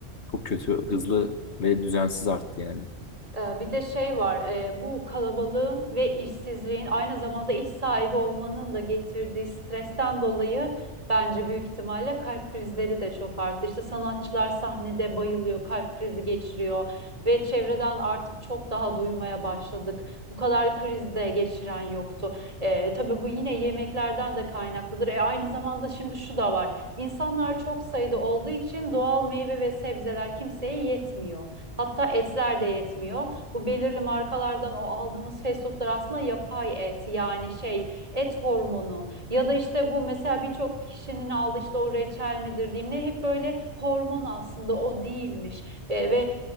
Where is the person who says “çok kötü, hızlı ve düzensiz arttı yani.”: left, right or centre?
Left